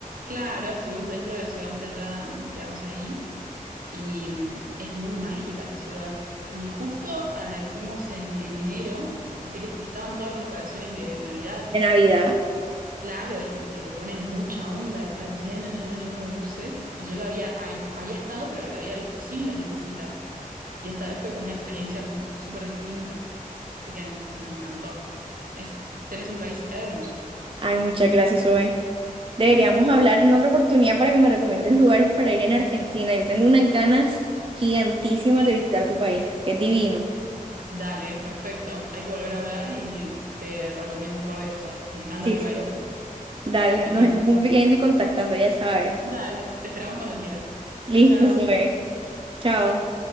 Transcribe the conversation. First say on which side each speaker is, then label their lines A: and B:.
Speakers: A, on the right; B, on the right.
A: Claro, estuvimos dentro de la ciudad amurallada, nos quedamos ahí y mm, es muy mágica esa ciudad. Y justo eh, fuimos en, en enero, así que este- estaban todas las decoraciones de Navidad.
B: De Navidad.
A: Claro, y que le ponen mucha onda, está lleno, lleno, lleno de luces. Y yo ya había, habi- había estado, pero la había visto sin las lucecitas. Y esta vez fue como una experiencia m- súper distinta. Así que nos encantó. Es, tenés un país hermoso.
B: Ay, muchas gracias, Zoe. Deberíamos
A: <laughs>
B: hablar en otra oportunidad para que me recomiendes lugares para ir en Argentina. Yo tengo unas ganas gigantísimas
A: Y
B: de visitar tu país. Es divino.
A: dale, perfecto. Hay que volver a hablar y te recomiendo un par de cosas. Me encanta
B: Sí,
A: mi
B: sí.
A: país también.
B: Dale,
A: Y
B: nos
A: bueno,
B: estamos viendo y contactando, ya sabes.
A: dale, te esperamos cuando quieras.
B: Listo,
A: Chao, chao.
B: Zoe. Chao.